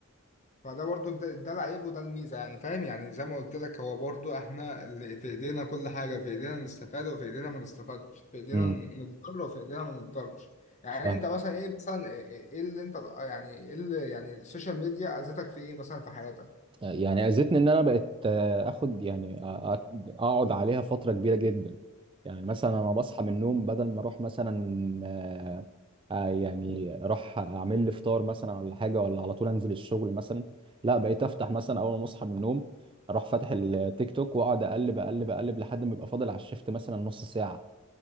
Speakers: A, on the left; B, on the right.
A: فده برضو ده, ده العيب وده الميزه يعني فاهم يعني زي ما قلت لك هو برضو احنا اللي في ايدينا كل حاجه في ايدينا نستفاد وفي ايدينا ما نستفادش في ايدينا
B: امم
A: نتضرر وفي ايدينا ما نتضررش يعني
B: ف
A: انت مثلا ايه مثلا ايه ايه اللي انت يعني ايه اللي يعني السوشيال ميديا اذتك في ايه مثلا في حياتك
B: يعني اذتني ان انا بقت آه، اخد يعني أ- أ- اقعد عليها فتره كبيره جدا يعني مثلا انا بصحى من النوم بدل ما اروح مثلا آه، آه، يعني اروح اعمل لي فطار مثلا ولا حاجه ولا على طول انزل الشغل مثلا لا بقيت افتح مثلا اول ما اصحى من النوم اروح فاتح التيك توك واقعد اقلب اقلب اقلب لحد ما يبقى فاضل على الشفت مثلا نص ساعه